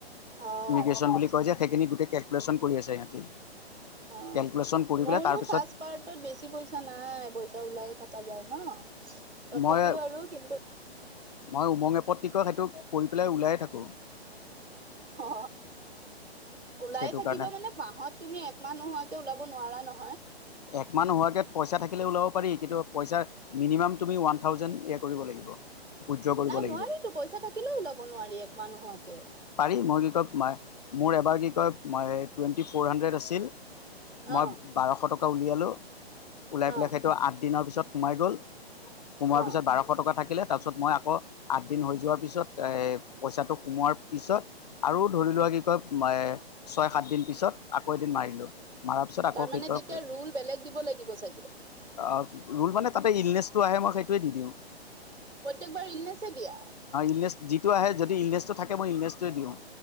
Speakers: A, on the right; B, on the left.
A: অহ,
B: ইমিগ্ৰেশ্যন
A: আচ্ছা
B: বুলি
A: আচ্ছা।
B: কয় যে সেইখিনি গোটেই কেলকোলেচন কৰি আছে সিহঁতি।
A: অ
B: কেলকুলেশ্যন কৰি
A: মোৰো
B: পেলাই তাৰপিছত
A: ফাৰ্ষ্ট পাৰ্টত বেছি পইচা নাই। পইচা ওলাইয়ে থকা যায় ন। তথাপিওঁ
B: মই
A: আৰু কিন্তু
B: মই উমং এপত কি কয় সেইটো কৰি পেলাই ওলাই থাকোঁ।
A: অ ওলাই
B: সেইটো
A: থাকিব
B: কাৰণে
A: মানে মাহত তুমি একমাহ নোহোৱাকে ওলাব নোৱাৰা নহয়।
B: এক মাহ নোহোৱাকে পইচা থাকিলে ওলাব পাৰি। কিন্তু পইচা মিনিমাম তুমি ওৱান থাউজেণ্ড এ কৰিব লাগিব। উইড্ৰ কৰিব
A: নাই
B: লাগিব
A: নোৱাৰিটো। পইচা থাকিলেও ওলাব নোৱাৰি এক মাহ নোহোৱাকে।
B: পাৰি মই কি কয় মোৰ এবাৰ কি কয় তোমাৰ টুৱেন্টি ফৰ হানড্ৰেড আছিল
A: অ
B: মই বাৰশ টকা উলিয়ালোঁ। ওলাই
A: অ
B: পেলাই সেইটো আঠ দিনৰ পিছত সোমাই গ'ল। সোমোৱাৰ
A: অ
B: পিছত বাৰশ টকা থাক থাকিলে তাৰপিছত মই আকৌ আঠ দিন হৈ যোৱাৰ পিছত এ পইচাটো সোমোৱাৰ পিছত আৰু ধৰি লোৱা কি কয় ছয়, সাতদিন পিছত আকৌ এদিন মাৰিলোঁ। মাৰা পিছত আকৌ
A: তাৰমানে
B: কেইটা
A: তেতিয়া
B: উঠে
A: ৰুল বেলেগ দিব লাগিব চাগে
B: অ ৰোল মানে তাতে ইলনেচটো আহে। মই সেইটোৱেই দি দিওঁ।
A: প্ৰত্যেকবাৰ ইলনেছে দিয়া?
B: ইলনেছ যিটো আহে যদি ইলনেচটো থাকে, মই ইলনেচটোৱে দিওঁ।